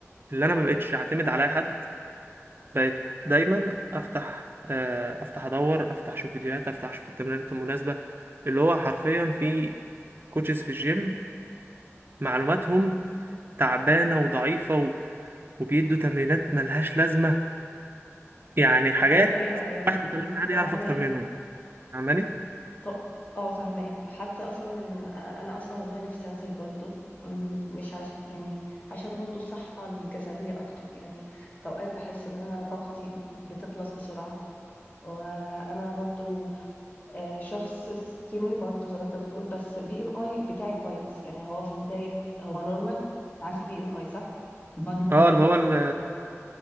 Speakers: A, on the right; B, on the left.
A: اللي أنا ما بقتش أعتمد على أي حد بقيت دايما افتح آه، افتح ادور افتح اشوف فيديوهات افتح اشوف التمرينات المناسبه اللي هو حرفيا في كوتشز في الجيم معلوماتهم تعبانه وضعيفه و... وبيدوا تمرينات ملهاش لازمه يعني حاجات
B: آه، أيوه أيوه
A: واحد
B: ف-
A: متمرن عادي
B: فاهماك
A: يعرف اكتر منهم فاهماني
B: ط آه فاهماك، حتى أصلًا أ أنا أصلًا والله نِفْسي أنزل برضه هتقول مش عش يعني عشان برضه الصحّة الجسدية أكتر، يعني في أوقات باحس إن أنا طاقتي بتخلص بسرعة، وأنا برضه آآ شخص skinny برضه زي ما أنت بتقول، بس الBMI بتاعي كويس، يعني هو في بداية هو normal أنت عارف الBMI صح؟ الbody mass
A: اه اللي
B: index
A: هو ال...
B: اللي هو